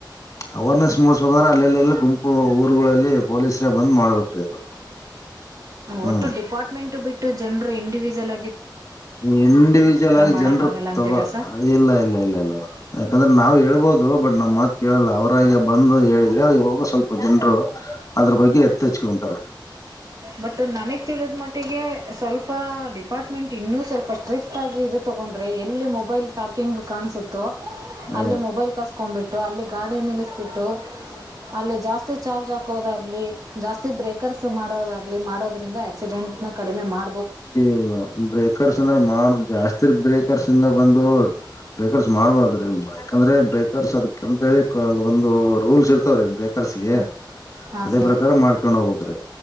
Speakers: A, on the left; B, on the right.
A: ಅವೇರ್ನೆಸ್ ಮೂಡಿಸಬೇಕಂದ್ರೆ ಅೆಲ್ಲೆಲ್ಲ ಗುಂ. ಊರುಗಳಲ್ಲಿ ಪೊಲೀಸ್ರೇ ಬಂದ್ ಮಾಡ್ಬೇಕ್ರೀ ಅದು. ಹ್ಮ್
B: ಒಟ್ಟು ಡಿಪಾರ್ಟ್ಮೆಂಟ್ ಬಿಟ್ಟು ಜನರು ಇಂಡಿವಜ. ಲ್ಲ.
A: ಇಂಡಿವಿಜುವಲ್ ಆಗಿ
B: ಮಾಡೋಕ್ಕಾಗಲ್ಲ
A: ಜನ್ರು
B: ಅಂತೀರಾ
A: ತಗೊಳ
B: ಸರ್
A: ಇಲ್ಲ ಇಲ್ಲ ಇಲ್ಲ ಇಲ್ಲ ಯಾಕಂದ್ರೆ ನಾವ್ ಹೇಳ್ಬೋದು. ಬಟ್ ನಮ್ ಮಾತ್ ಕೇಳಲ್ಲ ಅವರಾಗ ಬಂದು ಹೇಳಿದ್ರೆ ಹೋಗ ಸ್ವಲ್ಪ ಜನ್ರು ಅದ್ರ ಬಗ್ಗೆ ಎತ್ತೆಚ್ಕಟಾರ.
B: ಬಟ್ ನನಗ್ ತಿಳಿದ ಮಟ್ಟಿಗೆ. ಸ್ವಲ್ಪ ಡಿಪಾರ್ಟ್ಮೆಂಟ್ ಇನ್ನೂ ಸ್ವಲ್ಪ ಸ್ಟ್ರಿಕ್. ಅಾಗಿಿ ಇದು ತಗೊಂಡ್ರೆ ಎಲ್ಲಿ ಮೊಬೈಲ್ ಟಾಕಿಂಗ್ ಕಾಣಸುತ್ತು.
A: ಹ
B: ಅಲ್ಲಿ ಮೊಬೈಲ್ ಕ. ಹಾಕೊಂಡ್ಬಿಟ್ಟು ಅಲ್ಲಿ ಗಾಡಿ ನಿಲ್ಲಿಸಬಿಟ್ಟು ಅಲ್ಲಿ ಜಾಸ್ತಿ ಚಾರ್ಜ್ ಹಾಕೋದಾಗ್ಲಿ ಜಾಸ್ತಿ ಬ್ರೇಕರ್ಸ್ ಮಾಡೋದಾಗಲಿ. ಮಾಡೋದ್ರಿಂದ ಆಕ್ಸಿಡೆಂಟ್ ನ ಕಡಿಮೆ ಮಾಡ.
A: ಇಲ್ಲ ಬ್ರೇಕರ್ಸ್ ಅಂದ್ರೆ ಮಾಡ ಜಾಸ್ತಿ ಬ್ರೇಕರ್ಸ್ ಇಿಂದ ಬಂದೋ. ಬ್ರೇಕರ್ಸ್ ಮಾಡ್ಬೋ್ರ. ಯಾಕಂದ್ರೆ ಬ್ರೇಕರ್ಸ್ ಅದಕಂತ ಹೇಳಿ ಕ ಒಂದು ರೂಲ್ಸ್ ಇರ್. ತೂರಿ ಕರ್ಸಿಗೆ
B: ಹಾಂ ಹಾಂ
A: ಅದೇ
B: ಸರ್
A: ಪ್ರಕಾರ ಮಾಡ್ಕೊಂಡ್ ಹೋಗ್ಬ್ರೀ